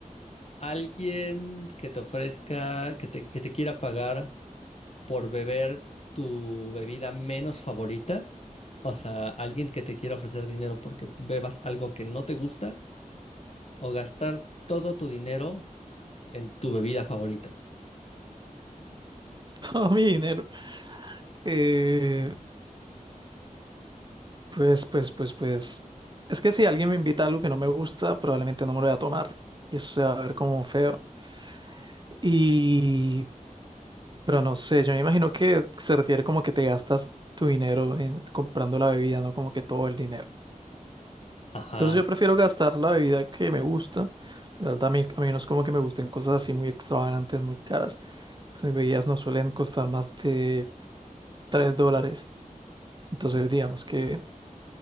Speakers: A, on the left (about 50°); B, on the right (about 35°).
A: ¿Alguien que te ofrezca, que te, que te quiera pagar por beber tu bebida menos favorita? O sea, alguien que te quiera ofrecer dinero porque bebas algo que no te gusta o gastar todo tu dinero en tu bebida favorita.
B: <laughs> Todo mi dinero. Eh, pues, pues, pues, pues. Es que si alguien me invita a algo que no me gusta, probablemente no me lo voy a tomar. Y eso se va a ver como feo. Y, pero no sé, yo me imagino que se refiere como que te gastas tu dinero en comprando la bebida, no como que todo el dinero.
A: Ajá.
B: Entonces yo prefiero gastar la bebida que me gusta. La verdad, a mí, a mí no es como que me gusten cosas así muy extravagantes, muy caras. Pues mis bebidas no suelen costar más de 3 dólares. Entonces digamos que,